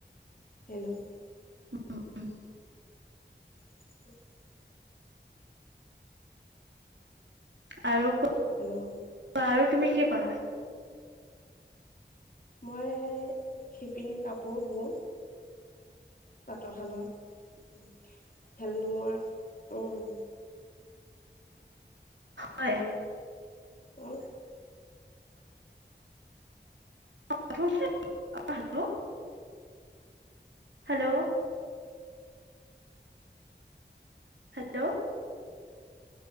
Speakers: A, on the left; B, on the right.
A: হেল্ল'!
B: উ উ উ।
A: <inaudible>
B: আৰু কো
A: হেল্ল'।
B: কোৱা আৰু তুমি কি কৰা?
A: মই শিপিনী কাপোৰ বওঁ পাতৰশালত। হেললোমৰ উম।
B: হয়।
A: অ।
B: <unintelligible> অ, হেল্ল। হেল্ল' হেল্ল'